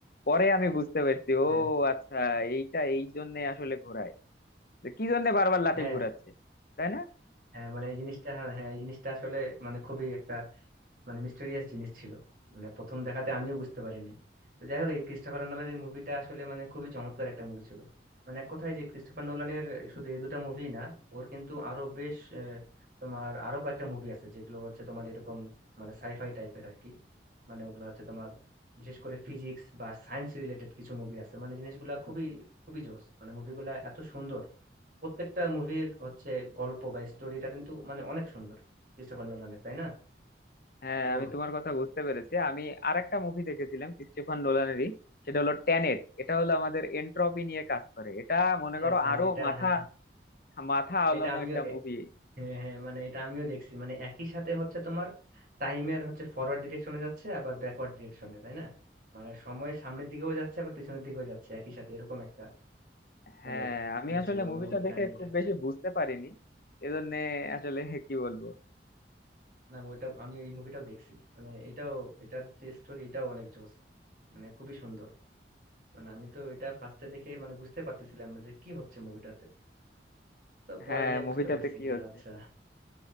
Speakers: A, on the left; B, on the right.
A: পরে আমি বুঝতে পেরেছি ও
B: হ্যাঁ
A: আচ্ছা এইটা এই জন্য আসলে ঘোরায় যে কি জন্য বারবার লাটিম
B: হ্যাঁ
A: ঘোরাচ্ছে তাই না
B: হ্যাঁ মানে এই জিনিসটা হ্যাঁ হ্যাঁ, এই জিনিসটা আসলে মানে খুবই একটা মানে মিস্টেরিয়াস জিনিস ছিল মানে প্রথম দেখাতে আমিও বুঝতে পারিনি তো যাই হোক এই ক্রিস্টোফার নোলানের মুভিটা আসলে মানে খুবই চমৎকার একটা মুভি ছিল মানে এক কথায় যে ক্রিস্টোফার নোলানের শুধু এই দুটো মুভি না ওর কিন্তু আরো বেশ আহ, তোমার আরো কয়েকটা মুভি আছে যেগুলো হচ্ছে তোমার এরকম মানে সাইফাই টাইপের আর কি মানে ওগুলো হচ্ছে তোমার বিশেষ করে ফিজিক্স বা সায়েন্স রিলেটেড কিছু মুভি আছে মানে জিনিসগুলা খুবই খুবই জোস মানে মুভিগুলা এত সুন্দর প্রত্যেকটা মুভির হচ্ছে গল্প বা স্টোরিটা কিন্তু মানে অনেক সুন্দর ক্রিস্টোফার নোলানের তাই না
A: হ্যাঁ
B: কি বলো
A: আমি তোমার কথা বুঝতে পেরেছি আমি আরেকটা মুভি দেখেছিলাম ক্রিস্টোফার নোলানেরই সেটা হলো ট্যানেট এটা হলো আমাদের এন্ট্রপি নিয়ে কাজ করে এটা মনে
B: ইয়েস
A: করো
B: হ্যাঁ
A: আরো
B: এটা
A: মাথা
B: হ্যাঁ হ্যাঁ,
A: মাথা আওলানো
B: এটা আমিও
A: একটা
B: এ-
A: মুভি
B: হ্যাঁ হ্যাঁ মানে এটা আমিও দেখছি মানে একই সাথে হচ্ছে তোমার টাইমের হচ্ছে ফরওয়ার্ড ডিরেকশনে যাচ্ছে আবার ব্যাকওয়ার্ড ডিরেকশনে তাই না মানে সময়ের সামনের দিকেও যাচ্ছে আবার পিছনের দিকেও যাচ্ছে একই সাথে এরকম একটা
A: হ্যাঁ
B: মানে
A: আমি
B: ইয়ে
A: আসলে
B: ছিল
A: মুভিটা
B: মুভির
A: দেখে
B: কাহিনীটা
A: খুব বেশি বুঝতে পারিনি এজন্য আসলে কি বলবো
B: না ওইটা আমি এই মুভিটাও দেখছি মানে এটাও এটার যে স্টোরি এটাও অনেক জোস মানে খুবই সুন্দর মানে আমি তো এটা ফার্স্টে দেখে মানে বুঝতে পারতেছিলাম না যে কি হচ্ছে মুভিটাতে তো
A: হ্যাঁ
B: পরে যাই
A: মুভিটাতে
B: বুঝতে পারছি
A: কি
B: যে
A: হচ্ছে
B: আচ্ছা